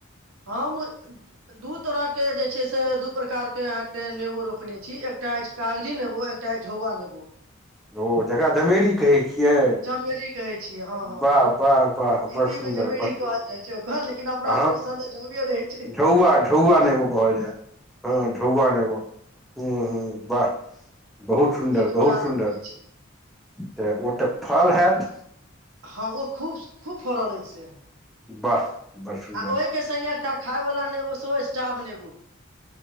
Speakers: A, on the right (about 80°); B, in the centre.
A: हँ <unintelligible> दू तरहके जे छै से दू प्रकारके अहाँके नेबो रोपने छी एकटा अछि कागजी नेबो एकटाअछि झौआ नेबो
B: ओ जकरा जमेरी कहै छियै
A: जमेरी कहे छियै हँ हँ
B: वाह वाह वाह
A: हिन्दी
B: बड़ सुन्दर
A: मे जमेरी
B: बड़
A: कहल जाइ छै ओकर लेकिन अपना
B: अहाँ
A: सब झौआ रहै छै
B: झौआ झौआ नेबो कहलजे हँ झौआ नेबो हँ हँ वाह बहुत सुन्दर
A: ई दूटा
B: बहुत सुन्दर
A: रोपने छी
B: तऽ ओ तऽ फ हैत
A: हँ ओ खूब खूब फरल अछि से
B: वाह बड़ सुन्दर
A: आ ओहिके संगे एकटा खाय वाला नेबो सेहो अछि टाभ नेबो